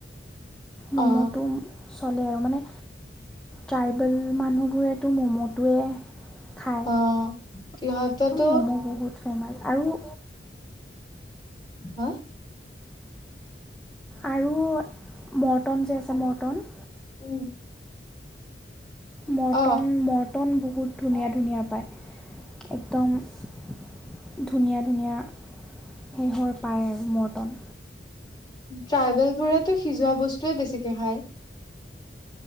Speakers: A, in the centre; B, on the left.
A: ম'ম'টো
B: অ
A: চলে আৰু মানে ট্ৰাইবেল মানুহবোৰেতো ম'ম'টোৱে খায়
B: অ ইহতেটো
A: তো ম'ম' বহুত ফেমাছ আৰু
B: হা
A: আৰু মৰ্টন যে আছে মৰ্টন
B: উম।
A: মটন
B: অ
A: ম মৰটন বহুত ধুনীয়া ধুনীয়া পায় একদম ধুনীয়া ধুনীয়া শেহৰ পায় আৰু মৰটন।
B: ট্ৰাইবেল বোৰেতো সিজোৱা বস্তুৱয়ে বেছিকে খায়।